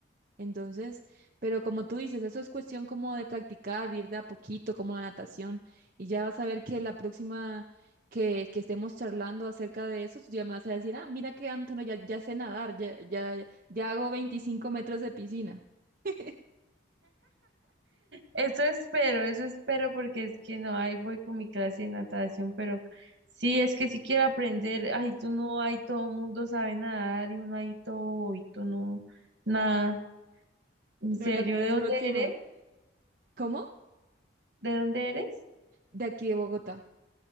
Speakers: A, on the right; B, on the right.
A: Entonces, pero como tú dices, eso es cuestión como de practicar, ir de a poquito, como la natación, y ya vas a ver que la próxima que, que estemos charlando acerca de eso, tú ya me vas a decir, ah, mira que Antonio ya, ya sé nadar, ya, ya, ya hago 25 metros de piscina. <laughs>
B: Eso espero, eso espero porque es que no, ahí voy con mi clase de natación, pero sí, es que si quiero aprender, ay, tú no, hay todo mundo sabe nadar y uno ahí todo, y tú no, nada, en
A: No,
B: serio,
A: la- las
B: ¿de dónde
A: próximas.
B: eres?
A: ¿Cómo?
B: ¿De dónde eres?
A: De aquí de Bogotá.